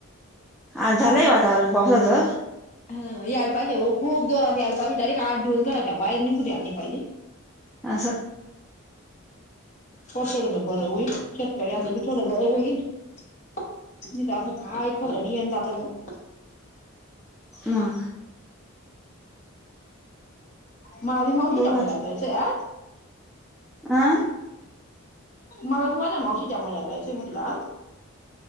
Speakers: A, in the centre; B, on the left (about 35°).
A: हा झालंय वातावरण पावसाचं
B: हा यायला पाहिजे हो खूप जोरात यायला पाहिजे डायरेक्ट आठ दिवस घराच्या बाहेर निघू घ्यायला पाहिजे
A: असं
B: पड थोडस बरं होईल शेतकऱ्यांचं बी थोडं बरं होईल त असं काय खर नाहींतच यंदाचा मग
A: मग
B: मला बी मावशीच्या
A: बघू
B: मळ्यात जायचंय आज
A: आं
B: मला बी माझ्या मावशीच्या मळ्यात जायचंय म्हटलं आज